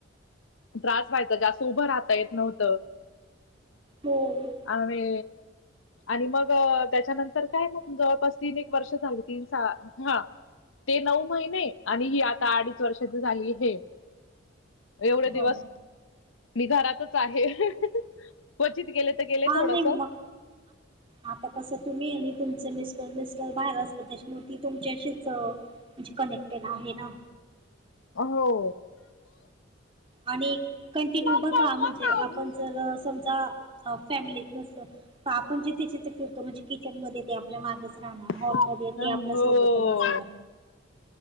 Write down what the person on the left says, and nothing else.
त्रास व्हायचा जास्त उभं राहता येत नव्हतं.
आे आणि मग त्याच्यानंतर काय मग जवळपास तीन एक वर्ष झाली तीन हा ते नऊ महिने आणि ही आता अडीच वर्षाची झाली हे एवढे दिवस
मी घरातच आहे क्वचित गेले तर गेले
थोडस
हो.
बटाटे
खाली.
हो. हो.